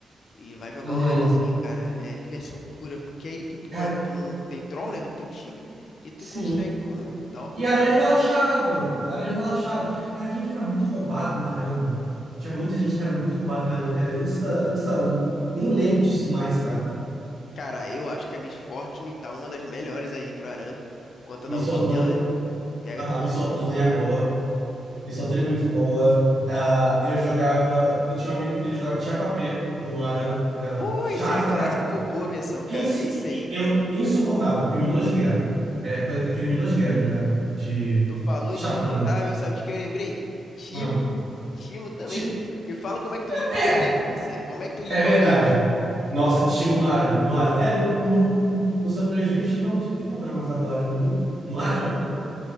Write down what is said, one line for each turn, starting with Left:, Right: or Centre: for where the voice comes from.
Left: E vai jogar
Right: Uhum.
Left: um aranzinho, cara. É diversão pura. Porque aí tu,
Right: Cara,
Left: con- tu não tem troll, né, no teu time. E tu
Right: sim.
Left: consegue como? Dar uma curtida
Right: E Aranha relaxado.
Left: na, na-
Right: Aranha relaxado. Cara, quem que era muito roubado no Aranha, velho? Tinha muita gente que era muito roubado no Aranha, que era Insta, Insta 1. Nem lembro disso mais, cara.
Left: Cara, eu acho que a Miss Fortune tá uma das melhores aí pro Aran. Conta
Right: Miss
Left: da ult
Right: Otone.
Left: dela, né? Pega
Right: Ah,
Left: todo
Right: Miss Fortune
Left: mundo.
Right: é boa. Miss Fortune é muito boa. Ah, eu jogava. Eu tinha um amigo que ele jogava Tchakwapê no Aran. Era
Left: Pô,
Right: chato
Left: isso aí é clássico.
Right: pra caralho.
Left: Pô, boa menção, cara.
Right: Ins,
Left: É isso
Right: i-
Left: aí.
Right: eu, insuportável. Criminoso de guerra. É, co- é criminoso de guerra, de, guerra. de
Left: Tu falou
Right: chato
Left: insuportável,
Right: no Aran.
Left: sabe de quem eu lembrei? Timo.
Right: Ah,
Left: Timo também.
Right: ti-
Left: Me fala como é que tu limpa
Right: é,
Left: o wave, parceiro. Como é que tu limpa
Right: é verdade.
Left: o wave? <laughs>
Right: Nossa, Timo no Aran. No Aran. É, no, no, no San Andreas Rift realmente não tem problema, mas agora no, no Aran.